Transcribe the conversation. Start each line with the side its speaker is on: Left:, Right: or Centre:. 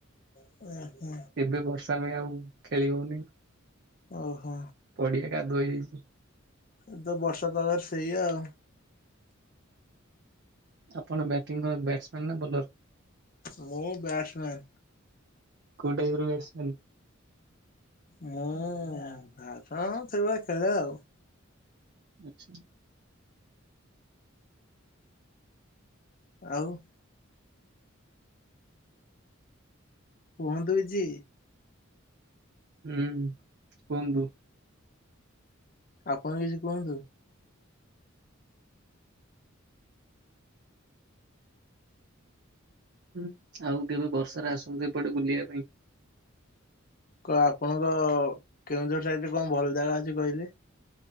Left: ଓହୋ।
Right: ଏବେ ବର୍ଷା ପାଇଁ ଆଉ ଖେଳି ହଉନି
Left: ଓହୋ
Right: ପଡିଆ କାଦୁଅ ହେଇଯାଇଛି।
Left: ଏ ତ ବର୍ଷା ପାଗରେ ସେଇ ଆଉ।
Right: ଆପଣ ବ୍ୟାଟିଂକର ବ୍ୟାଟସମ୍ୟାନ୍ ନା ବୋଲର?
Left: ମୁଁ ବ୍ୟାଟ୍ସମ୍ୟାନ୍।
Right: କୋଉ ଟାଇପର ବ୍ୟାଟସମ୍ୟାନ୍?
Left: ମୁଁ ଭାତ ସେଇଭଳିଆ ଖେଳେ ଆଉ।
Right: ଆଚ୍ଛା।
Left: ଆଉ। କୁହନ୍ତୁ କିଛି।
Right: ହୁଁ କୁହନ୍ତୁ।
Left: ଆପଣ କିଛି କୁହନ୍ତୁ।
Right: ହୁଁ ଆଉ କେବେ ବର୍ଷାରେ ଆସନ୍ତୁ ଏପଟେ ବୁଲିବା ପାଇଁ।
Left: କ ଆପଣଙ୍କ କେଉଁଝର ସାଇଟରେ କଣ ଭଲ ଜାଗା ଅଛି କହିଲେ।